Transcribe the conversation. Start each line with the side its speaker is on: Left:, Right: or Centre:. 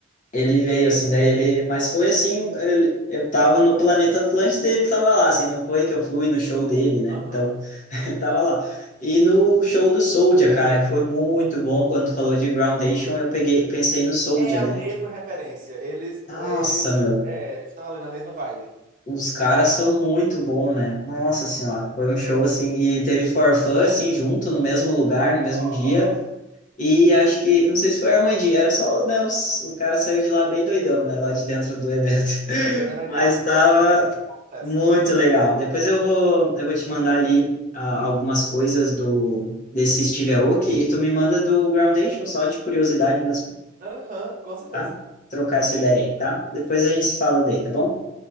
Left: ele veio, assim, daí ele. Mas foi assim, ele- eu tava no planeta Atlântida e ele tava lá, assim, não foi que eu fui no show dele, né?
Right: Aham.
Left: Então, <laughs>
Right: Uhum.
Left: ele tava lá. E no show do Soulja, cara, que foi muito bom, quando tu falou de Groundation, eu peguei, pensei no Soulja,
Right: É a
Left: né?
Right: mesma
Left: Que-
Right: referência. Eles,
Left: Nossa,
Right: eles
Left: meu,
Right: é, estão ali na mesma vibe.
Left: os caras são muito bons, né? Nossa senhora, foi um show
Right: Aham.
Left: assim, e teve For Fun, assim, junto, no mesmo lugar, no mesmo
Right: Ó,
Left: dia. E acho que, não sei se foi a Armandinho, era só, né, os- o cara saiu de lá bem doidão, né, lá de dentro do evento. <laughs>
Right: entregando a
Left: Mas
Right: idade.
Left: tava
Right: Mais 30, sucesso.
Left: muito legal. Depois eu vou, eu vou te mandar ali ah, algumas coisas do desse Steve Aoki e tu me manda do Groundation, só de curiosidade mesmo,
Right: Aham, com certeza.
Left: tá? Trocar
Right: Beleza.
Left: essa ideia aí,
Right: né?
Left: tá? Depois a gente se fala daí, tá bom?